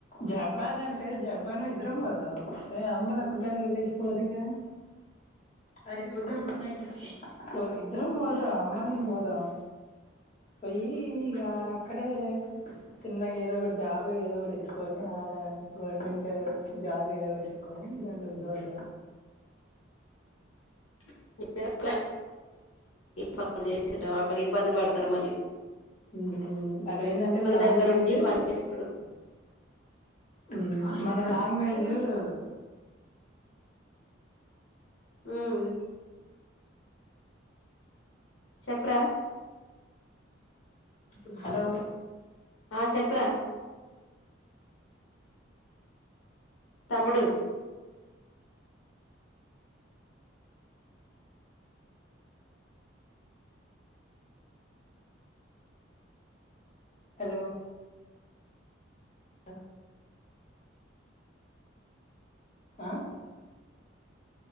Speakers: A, on the left; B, on the left.
A: జపాన్ అంటే జపాను ఇద్దరం పో ఇగ అమ్మను ఒకటే వెళ్ళసి పోదు గా అరే
B: ఉమ్.
A: పొద్దున పోయ్ నైట్ పో ఇద్దరం పోతాం అమ్మ నేను పోతాం పొయ్యి ఇగ అక్కడే చిన్నగా ఏదో ఒకటి జాబ్ ఏదో ఒకటి ఎతుక్కొని ఆడ గవర్నమెంట్ జాబ్ ఏదో ఒకటి ఎతుక్కొని దానిలోకి దూరడమె
B: <inaudible> పనులు చేయించటం అక్కడ ఇబ్బంది పడుత్ తర్ మళ్ళి
A: ఉమ్ అక్కడ ఏందంటె లాంగ్వేజు
B: దగ్గరుండి పని చేసుకుడు
A: మ్ మన లాంగ్వేజు <inaudible>
B: ఉమ్ చెప్పరా
A: <unintelligible> హలో
B: ఆ చెప్పురా తమ్ముడు
A: హలో అ ఆ